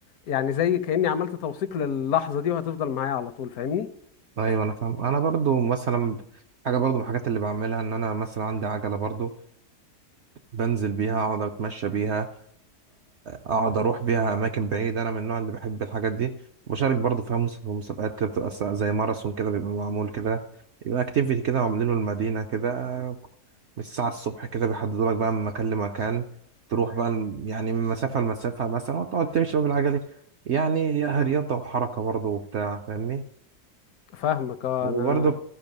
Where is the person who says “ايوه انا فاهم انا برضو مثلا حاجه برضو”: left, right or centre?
Right